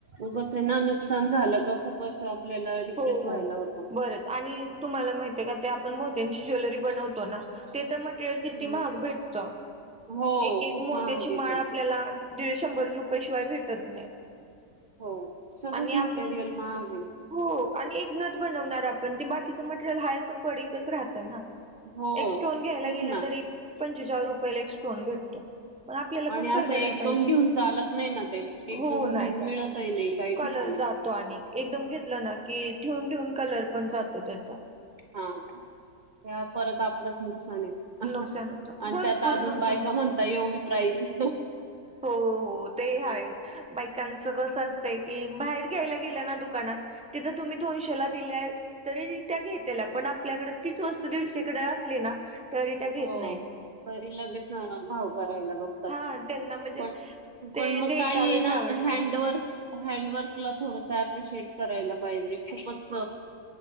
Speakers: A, on the right; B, in the centre.
A: उगच ना नुकसान झालं त खूप असं आपल्याला डिप्रेस
B: हो
A: व्हायला
B: हो
A: होतं.
B: बरंच आणि तुम्हाला माहित आहे का ते आपण मोत्यांची ज्वेलरी बनवतो ना ते तर मटेरियल किती
A: हम्म.
B: महाग भेटतं
A: हो
B: एक एक
A: खूप
B: मोत्याची
A: महाग आहे
B: माळ
A: ते.
B: आ पल्याला दीड शंभर रुपये शिवाय भेटत नाही
A: हो. सगळंच
B: आणि
A: मटेरियल
B: आपण
A: महाग हाय
B: हो आणि एक नथ बनवणार आपण ते बाकीचं मटेरियल हाय असं पडिकच राहतं ना.
A: हो.
B: एक स्टोन घ्यायला
A: तेच
B: गेलं
A: ना
B: तरी पंचेचाळ रुपयाला एक स्टोन भेटतो. मग आपल्याला
A: आणि
B: पण
A: असं
B: परवडाय
A: एक
B: पाहिजे
A: दोन घेऊन चालत नाही ना ते. एक
B: हो
A: दोन
B: नाही
A: घेऊन
B: चाल
A: मिळतही नाही काही
B: कलर
A: ठिकाणी.
B: जात. तो आणि एकदम घेतला ना की ठेवून ठेऊन कलर पण जातो त्याचा.
A: हा का त्या परत आपलंच नुकसान आहे.
B: नुकसान होतं
A: आणि
B: भरपूर
A: त्यात अजून
B: नुकसान
A: बायका
B: होत
A: म्हणताय एवढी प्राईज.
B: हो हो ते आहे. बायकांच कसं असतय की बाहेर घ्यायला गेलं ना दुकानात. तिथ तुम्ही दोनशेला दिल्या. तरी त्या घेतल्या पण आपल्याकडे तीच वस्तू दीडशेकडे असली ना. तरी त्या घेत
A: हो
B: नाहीत
A: तरी लगेच भाऊ करायला बघतो.
B: हा त्यांना म्हणजे
A: पण पण
B: ते
A: मग
B: देखावेच
A: काही ये ना
B: आवडतं
A: हँडवर्क. हँडवर्कला थोडस अप्रिशिएट करायला पाहिजे खूपच.